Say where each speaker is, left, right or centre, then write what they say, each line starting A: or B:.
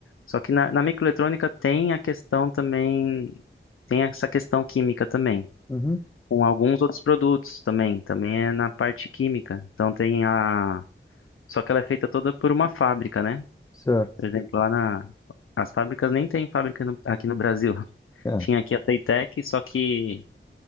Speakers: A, on the left (about 75°); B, on the left (about 15°).
A: Só que na, na microeletrônica tem a questão também, tem essa questão química também,
B: Uhum,
A: com alguns outros produtos também, também é na parte química. Então tem a, só que ela é feita toda por uma fábrica, né?
B: certo.
A: Por exemplo, lá na, as fábricas nem tem fábrica no- aqui no Brasil. <laughs>
B: É.
A: Tinha aqui a Playtech, só que